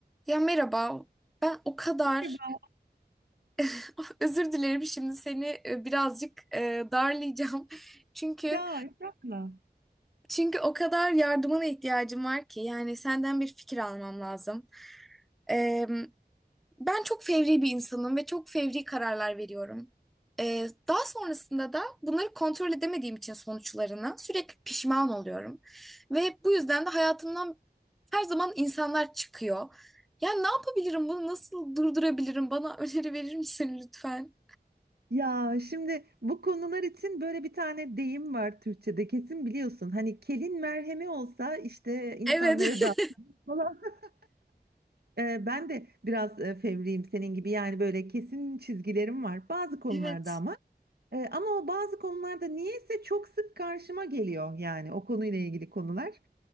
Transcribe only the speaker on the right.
Merhaba.
Ya Esra'la.
Ya şimdi bu konular için böyle bir tane deyim var Türkçe'de kesin biliyorsun. Hani kelin merhemi olsa işte insanlara
da falan. <laughs> Ee, ben de biraz e, fevriyim senin gibi yani böyle kesin çizgilerim var bazı konularda
ama. Ee, ama o bazı konularda niyeyse çok sık karşıma geliyor yani o konuyla ilgili konular.